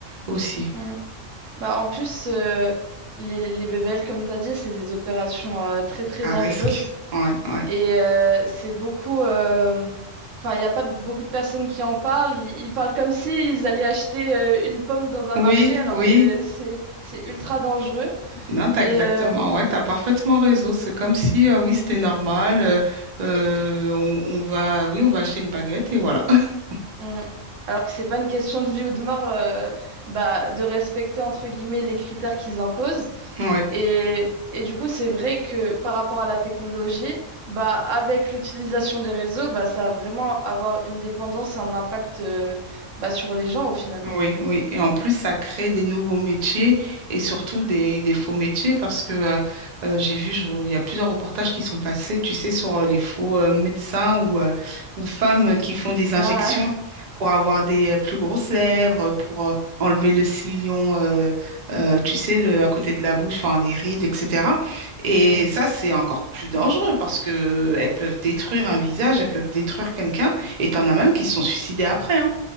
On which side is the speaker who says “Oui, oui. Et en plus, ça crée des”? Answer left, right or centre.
Right